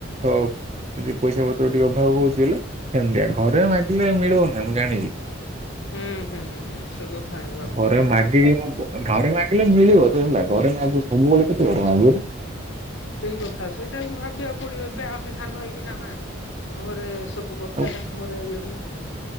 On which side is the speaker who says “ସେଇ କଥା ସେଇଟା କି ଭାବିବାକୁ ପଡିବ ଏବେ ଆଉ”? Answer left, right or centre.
Left